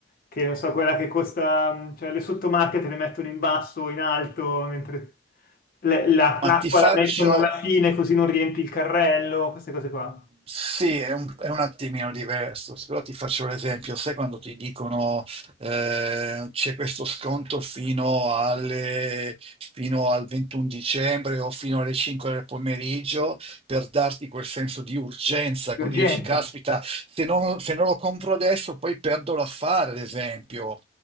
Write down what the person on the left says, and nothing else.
che non so, quella che costa, mh, cioè le sottomarche te le mettono in basso o in alto, mentre le- la-
l'acqua
la mettono alla fine così non riempi il carrello, queste cose qua.
Di
urgenza.